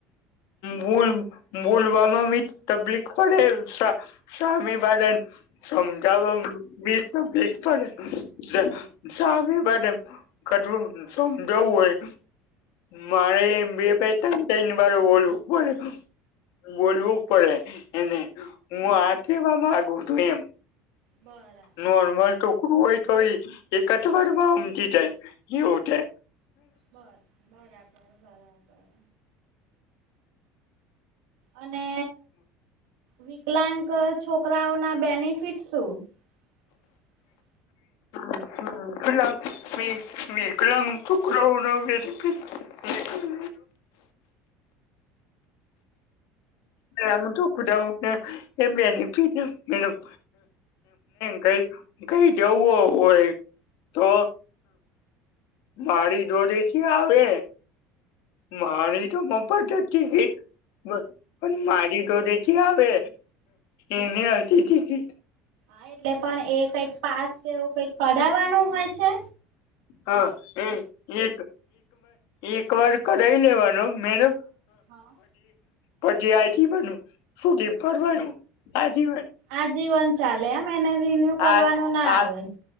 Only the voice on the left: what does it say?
હુ બોલવામાં બી તબલીફ પડે સામેવાળાને સમજાવી તો ભીજ પડે સામેવાળાને કટું સમજાવું હોય મારે એમ બે બે તન તન વાર બોલું પડે બોલવું પડે એને હું આ કહૅવા માંગુ છુ એમ
નોર્મલ ટોકરું હોય તો એક જવાર માં હમજી જાય એ હોતે
વિકલાંગ. વિકલાંગ. છોકરાઓ નૉ બેનીફિટ હું એવું બધું કે એ બેનીફિટ એનૉ કાંઈક કઈ જવું હોય તો? મારી જોડે જે આવે. મારી તો મફત ટીકિત બસ. પણ મારી જોડે જ આવે એની અડધી ટીકીટ
હા, એ એકવાર કઢાવી લેવાનો મેડમ
પછી આજીવન બનું સુધી ભરવાનું આજ <unintelligible>
આ
આ